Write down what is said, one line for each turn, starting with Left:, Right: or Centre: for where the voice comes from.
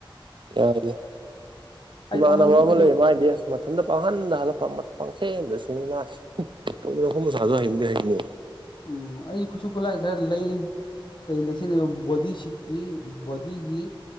Right: ꯌꯥꯗ꯭ꯔꯤ
Left: ꯑꯩꯗꯤ
Right: ꯏꯃꯥꯟꯅꯕ
Left: ꯑꯃꯟꯕꯅ
Right: ꯑꯃ
Left: ꯀꯩꯁꯨ
Right: ꯂꯩ ꯃꯥꯢꯗꯤ ꯑꯁ ꯃꯊꯟꯇ ꯄꯥꯡꯍꯟꯗ ꯍꯜꯂꯛꯄ ꯄꯪꯁꯦꯝꯗ ꯁꯤꯃꯤ ꯃꯥꯁꯤ <unintelligible> ꯍꯥꯏꯕꯨꯗꯤ ꯍꯩꯅꯤꯕ
Left: ꯎꯝ ꯑꯩꯁꯨ ꯈꯨꯠꯁꯨ ꯈꯨꯠꯂꯥꯏ ꯈꯔ ꯂꯩ ꯂꯩ ꯂꯩ ꯁꯤꯟꯅꯤꯕ ꯕꯣꯗꯤ ꯁꯤꯠꯀꯤ ꯕꯣꯗꯤꯒꯤ